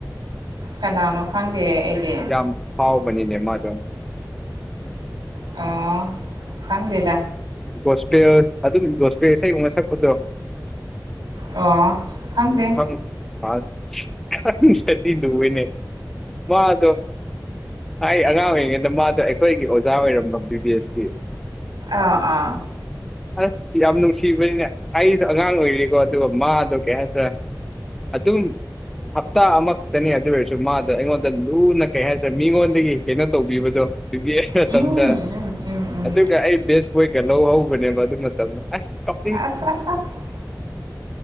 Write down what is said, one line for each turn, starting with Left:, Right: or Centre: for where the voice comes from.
Right: ꯀꯅꯥꯅꯣ ꯈꯪꯗꯦ ꯑꯩꯗꯤ
Centre: ꯌꯥꯝ ꯐꯥꯎꯕꯅꯤꯅꯦ ꯃꯥꯗꯣ
Right: ꯑꯣ ꯈꯪꯗꯦꯗ
Centre: ꯒꯣꯁꯄꯦꯌ꯭ꯔ ꯑꯗꯨꯝ ꯒꯣꯁꯄꯦ ꯏꯁꯩꯒꯨꯕ ꯁꯛꯄꯗꯣ
Right: ꯑꯣ ꯈꯪꯗꯦ꯫
Centre: ꯈꯪ ꯑꯁ ꯈꯪꯗ꯭ꯔꯗꯤ ꯂꯨꯏꯌꯦꯅꯦ ꯃꯥꯗꯣ ꯑꯩ ꯑꯉꯥꯡ ꯑꯣꯏꯔꯤꯉꯩꯗ ꯃꯥꯗ ꯑꯩꯈꯣꯏꯒꯤ ꯑꯣꯖꯥ ꯑꯣꯏꯔꯝꯕ ꯕꯤ ꯕꯤ ꯑꯦꯁꯀꯤ
Right: ꯑꯥ ꯑꯥ
Centre: ꯑꯁ ꯌꯥꯝ ꯅꯨꯡꯁꯤꯕꯅꯤꯅꯦ ꯑꯩꯗꯣ ꯑꯉꯥꯡ ꯑꯣꯏꯔꯤꯀꯣ ꯑꯗꯨꯒ ꯃꯥꯗꯣ ꯀꯩ ꯍꯥꯏꯁꯦꯔ ꯑꯗꯨꯝ ꯍꯞꯇꯥ ꯑꯃ ꯇꯅꯦ ꯑꯗꯨ ꯑꯣꯏꯔꯁꯨ ꯃꯥꯗꯣ ꯑꯩꯉꯣꯟꯗ ꯂꯨꯅ ꯀꯩ ꯍꯥꯏꯇꯥꯔꯦ ꯃꯤꯉꯣꯟꯗꯒꯤ ꯀꯩꯅꯣ ꯇꯧꯕꯤꯕꯗꯣ꯫ ꯕꯤ ꯕꯤ ꯑꯦꯁ ꯃꯇꯝꯗ
Right: ꯎꯝ ꯎꯝ ꯎꯝ ꯎꯝ
Centre: ꯑꯗꯨꯒ ꯑꯩ ꯕꯦꯁ ꯕꯣꯏꯒ ꯂꯧꯍꯧꯕꯅꯦꯕ ꯑꯗꯨ ꯃꯇꯝꯗ ꯑꯁ ꯀꯥꯞ
Right: ꯑꯁ ꯑꯁ ꯑꯁ